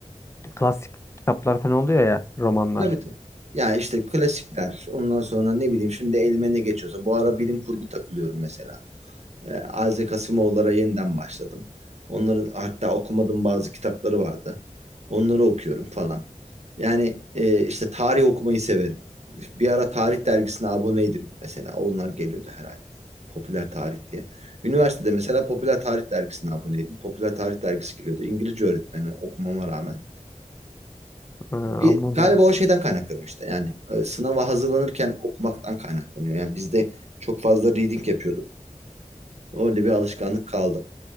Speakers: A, on the left; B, on the right.
A: Klasik kitaplar falan oluyor ya romanlar.
B: Tabii tabii. Ya işte klasikler. Ondan sonra ne bileyim şimdi elime ne geçiyorsa. Bu ara bilim kurgu takılıyorum mesela. E, Isaac Asimov'lara yeniden başladım. Onları hatta okumadığım bazı kitapları vardı. Onları okuyorum falan. Yani e, işte tarih okumayı severim. Bir ara tarih dergisine aboneydim mesela. Onlar geliyordu her ay. Popüler tarih diye. Üniversitede mesela popüler tarih dergisine aboneydim. Popüler tarih dergisi geliyordu. İngilizce öğretmeni okumama rağmen.
A: Ha,
B: Bir,
A: anladım.
B: galiba o şeyden kaynaklanıyor işte. Yani e, sınava hazırlanırken okumaktan kaynaklanıyor. Yani biz de çok fazla reading yapıyorduk. Öyle bir alışkanlık kaldı.